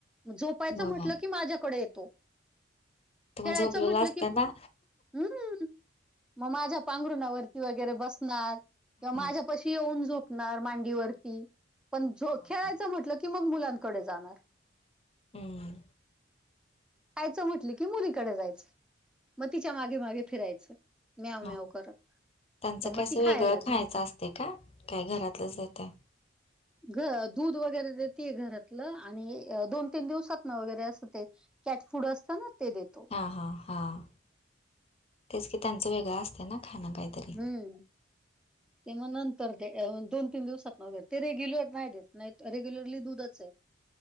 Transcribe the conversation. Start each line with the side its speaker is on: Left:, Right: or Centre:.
Centre: झोपायचं
Left: होय
Centre: म्हटलं की माझ्याकडे येतो.
Left: तुम्ही
Centre: खेळायचं
Left: झोपलेला
Centre: म्हटलं
Left: असता
Centre: की
Left: ना
Centre: हम्म, मग माझ्या पांघरुणावरती वगैरे बसणार किंवा माझ्या
Left: हा
Centre: कशी येऊन झोपणार मांडीवरती? पण झो
Left: होय.
Centre: खेळत लं की मग मुलांकडे जाणार.
Left: अं हं.
Centre: खायचं म्हटलं, की मुलीकडे जायचं. मग तिच्या मागे मागे फिरायचं. म्याव म्याव
Left: हा
Centre: करत.
Left: त्यांचं
Centre: तर मग
Left: कसं
Centre: ती
Left: वेगळं
Centre: खायला
Left: खायचं
Centre: दे
Left: असते का, काय घरातलंच हाय ते?
Centre: घ दूध वगैरे देतीय घरातलं आणि दोन तीन दिवसातनं वगैरे असं ते कॅट फूड असतं ना ते देतो.
Left: हां हां हां, तेच की त्यांचं वेगळं असतं ना? खाणं काहीतरी
Centre: हं. ते मग नंतर ते दोन तीन दिवसातनं वगैरे ते रेग्युलर नाही देत, नाही रेग्युलरली दूधच आहे.